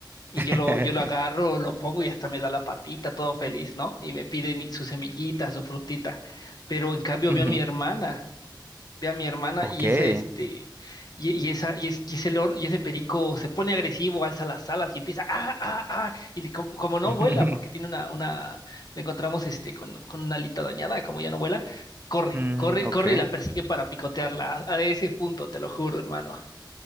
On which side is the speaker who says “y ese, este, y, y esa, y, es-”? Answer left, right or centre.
Left